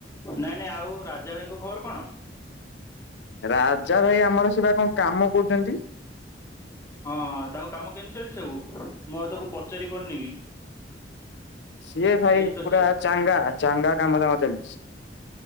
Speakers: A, on the left; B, on the left.
A: ନାଇଁ ନାଇଁ ଆଉ ରାଜା ଭାଇଙ୍କ ଖବର କଣ?
B: ରାଜା ଭାଇ ଆମର ସେ ବା କଣ କାମ କରୁଛନ୍ତି।
A: ହଁ ତାଙ୍କ କାମ କେମିତି ଚାଲିଚି ସବୁ ମୁଁ ଆଉ ତାକୁ ପଚାରି ପାରୁନିବି।
B: ସିଏ ଭାଇ
A: ତ
B: ପୁରା
A: ସେ
B: ଚାଙ୍ଗା ଚାଙ୍ଗା କାମ ଧାମ ତାଙ୍କ ଚାଲିଚି।